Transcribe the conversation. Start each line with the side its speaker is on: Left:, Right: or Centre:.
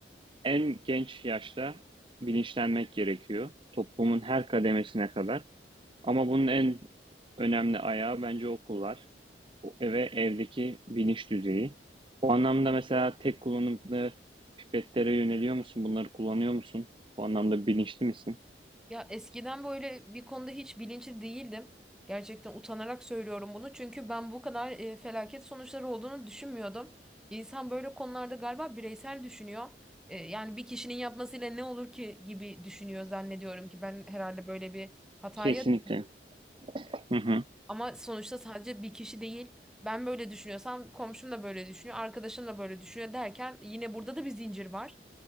Right: en genç yaşta bilinçlenmek gerekiyor. Toplumun her kademesine kadar. Ama bunun en önemli ayağı bence okullar. O eve evdeki bilinç düzeyi. Bu anlamda mesela tek kullanımlı pipetlere yöneliyor musun? Bunları kullanıyor musun? Bu anlamda bilinçli misin?
Centre: Ya eskiden böyle bir konuda hiç bilinçli değildim. Gerçekten utanarak söylüyorum bunu. Çünkü ben bu kadar e, felaket sonuçları olduğunu düşünmüyordum. İnsan böyle konularda galiba bireysel düşünüyor. E, yani bir kişinin yapmasıyla ne olur ki gibi düşünüyor zannediyorum ki ben herhalde böyle bir hataya
Right: Kesinlikle.
Centre: düştüm.
Right: Hı hı.
Centre: Ama sonuçta sadece bir kişi değil. Ben böyle düşünüyorsam komşum da böyle düşünüyor, arkadaşım da böyle düşünüyor derken yine burada da bir zincir var.